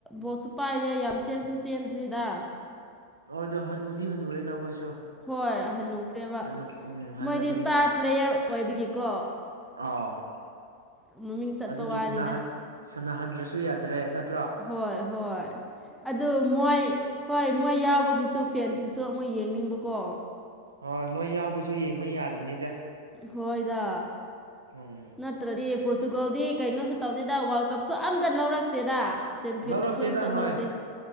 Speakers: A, in the centre; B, on the right.
A: ꯕꯣꯜꯁꯨ ꯄꯥꯏꯔꯦ ꯌꯥꯝ ꯆꯦꯟꯁꯨ ꯆꯦꯟꯗ꯭ꯔꯦꯗ
B: ꯍꯣꯏ ꯗꯣ ꯍꯅꯨꯗꯤ ꯍꯅꯨꯔꯦꯅ ꯃꯣꯏꯁꯨ
A: ꯍꯣꯏ ꯍꯟꯅꯨꯈ꯭ꯔꯦꯕ
B: ꯍꯅꯨ ꯎꯝ ꯍꯅꯨꯕꯒꯤꯅꯤ
A: ꯃꯣꯏꯗꯤ ꯏꯁꯇꯥꯔ ꯄ꯭ꯂꯦꯌꯔ ꯑꯣꯏꯕꯒꯤꯀꯣ
B: ꯑꯥꯎ
A: ꯃꯃꯤꯡ ꯆꯠꯄ
B: ꯑꯗꯨꯒꯤ
A: ꯋꯥꯅꯤꯗ
B: ꯁꯅꯥꯍꯟ ꯁꯅꯥꯍꯟꯗ꯭ꯔꯁꯨ ꯌꯥꯗ꯭ꯔꯦ ꯅꯠ
A: ꯍꯣꯏ ꯍꯣꯏ ꯑꯗꯨ ꯃꯣꯏ ꯍꯣꯏ ꯃꯣꯏ ꯌꯥꯎꯕꯒꯤꯁꯨ ꯐꯦꯟꯁꯤꯡꯁ ꯑꯗꯣ ꯑꯃꯨꯛ ꯌꯦꯡꯅꯤꯡꯕꯀꯣ
B: ꯍꯣꯏ ꯃꯣꯏ ꯌꯥꯎꯕꯩꯁꯨ ꯌꯦꯡꯕ ꯌꯥꯔꯤꯅꯤꯗ
A: ꯍꯣꯏꯗ
B: ꯎꯝ
A: ꯅꯠꯇ꯭ꯔꯗꯤ ꯄꯣꯔꯇꯨꯒꯜꯗꯤ ꯀꯩꯅꯣꯁꯨ ꯇꯧꯗꯦꯗ ꯋꯥꯔꯜ ꯀꯞꯁꯨ ꯑꯝꯇ ꯂꯧꯔꯛꯇꯦꯗ ꯆꯦꯝꯄꯤꯌꯟꯁꯨ
B: ꯂꯧꯔꯛꯇꯦꯗ
A: ꯑꯝꯇ
B: ꯍꯣꯏ
A: ꯂꯧꯗꯦ